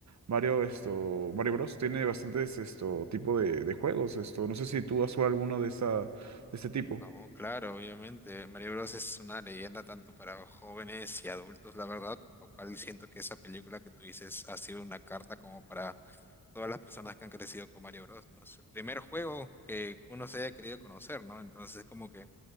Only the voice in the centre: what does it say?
No, claro, obviamente. Mario Bros. es una leyenda tanto para jóvenes y adultos, la verdad, lo cual siento que esa película que tú dices ha sido una carta como para todas las personas que han crecido con Mario Bros., ¿no? Es el primer juego que uno se haya querido conocer, ¿no? Entonces, como que